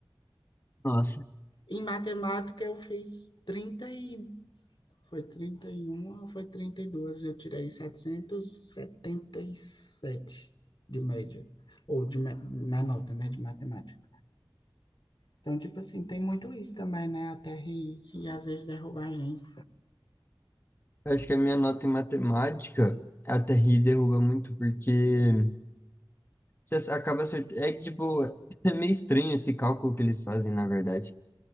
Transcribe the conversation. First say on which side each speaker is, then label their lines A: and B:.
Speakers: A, on the left; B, on the left.
A: Nossa,
B: Em matemática, eu fiz 30 e. Foi 31 ou foi 32? Eu tirei setecentos e e setenta e sete de média, ou de, na nota, né, de matemática. Então, tipo assim, tem muito isso também, né? A TRI que às vezes derruba a gente.
A: eu acho que a minha nota em matemática até ri derruba muito, porque você acaba acertando. É que, tipo, <laughs> é meio estranho esse cálculo que eles fazem, na verdade.